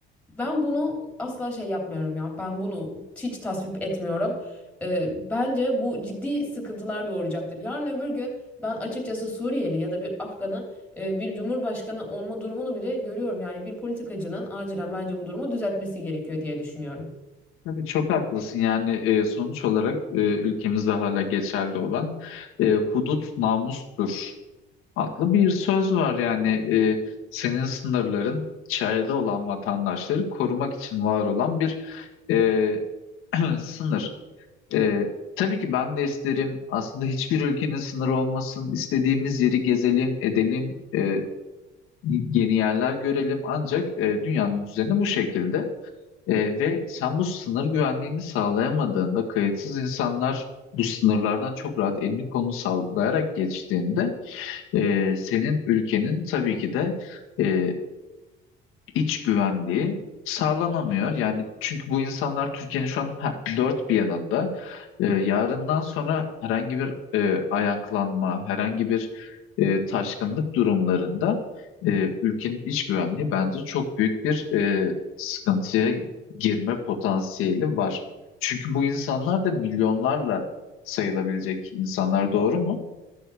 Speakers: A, in the centre; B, on the left.
A: ben bunu asla şey yapmıyorum ya. Ben bunu hiç tasvip etmiyorum. Ee, bence bu ciddi sıkıntılar doğuracaktır. Yarın öbür gün ben açıkçası Suriyeli ya da bir Afgan'ın e, bir cumhurbaşkanı olma durumunu bile görüyorum. Yani bir politikacının acilen bence bu durumu düzeltmesi gerekiyor diye düşünüyorum.
B: Tabii çok haklısın. Yani e, sonuç olarak e, ülkemizde hala geçerli olan e, hudut namustur adlı bir söz var yani e, senin sınırların içeride olan vatandaşları korumak için var olan bir e, <clears throat> sınır. E, tabii ki ben de isterim aslında hiçbir ülkenin sınırı olmasın, istediğimiz yeri gezelim, edelim, e, yeni yerler görelim ancak e, dünyanın düzeni bu şekilde. E, ve sen bu sınır güvenliğini sağlayamadığında kayıtsız insanlar bu sınırlardan çok rahat elini kolunu sallayarak geçtiğinde e, senin ülkenin tabii ki de e, iç güvenliği sağlanamıyor. Yani çünkü bu insanlar Türkiye'nin şu an ha- dört bir yanında. E, yarından sonra herhangi bir e, ayaklanma, herhangi bir e, taşkınlık durumlarında e, ülkenin iç güvenliği bence çok büyük bir e, sıkıntıya girme potansiyeli var. Çünkü bu insanlar da milyonlarla sayılabilecek insanlar doğru mu?